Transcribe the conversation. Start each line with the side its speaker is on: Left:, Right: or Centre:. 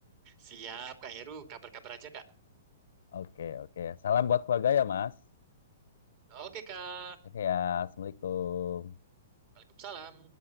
Right: siap kak Heru kabar-kabar aja kak
Left: Oke, oke. Salam buat keluarga ya, Mas.
Right: oke kak
Left: Oke ya, Assalamualaikum.
Right: Waalaikumsalam